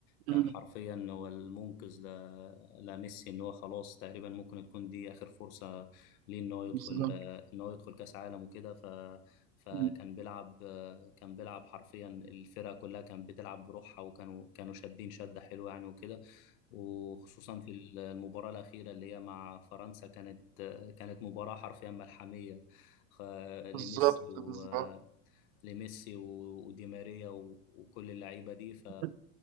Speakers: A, on the left (about 80°); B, on the right (about 75°).
A: كان
B: مم،
A: حرفيا هو المنقذ ل... لميسي ان هو خلاص تقريبا ممكن تكون دي اخر فرصه ليه ان هو يدخل
B: بالظبط
A: ان هو يدخل كاس عالم وكده ف... فكان
B: مم،
A: بيلعب كان بيلعب حرفيا الفرقه كلها كانت بتلعب بروحها وكانوا كانوا شادين شده حلوه يعني وكده وخصوصا في المباراة الأخيرة اللي هي مع فرنسا كانت كانت مباراة حرفيا ملحمية خ- لميسي
B: بالظبط
A: و
B: بالظبط
A: لميسي و- ودي ماريا و- وكل اللعيبه دي ف
B: بالظبط